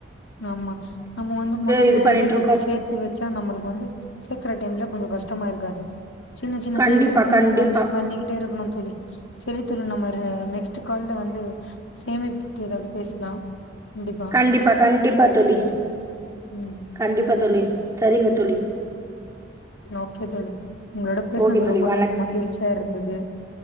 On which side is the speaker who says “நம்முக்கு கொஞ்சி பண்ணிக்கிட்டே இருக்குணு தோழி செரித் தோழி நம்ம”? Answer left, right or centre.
Left